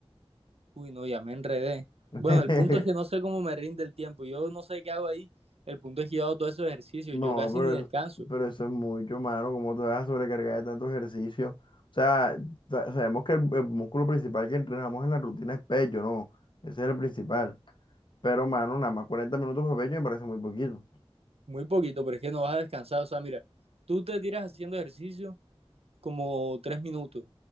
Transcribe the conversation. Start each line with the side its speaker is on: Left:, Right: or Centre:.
Right: Uy, no, ya me enredé.
Left: <laughs>
Right: Bueno, el punto es que no sé cómo me rinde el tiempo. Yo no sé qué hago ahí. El punto es que yo hago todos esos ejercicios.
Left: No,
Right: Yo casi
Left: pero,
Right: ni descanso.
Left: es- pero eso es mucho, mano. ¿Cómo te vas a sobrecargar de tanto ejercicio? O sea, sa- sabemos que el, el músculo principal que entrenamos en la rutina es pecho, ¿no? Ese es el principal. Pero, mano, nada más 40 minutos de pecho me parece muy poquito.
Right: Muy poquito, pero es que no vas a descansar. O sea, mira, tú te tiras haciendo ejercicio como tres minutos.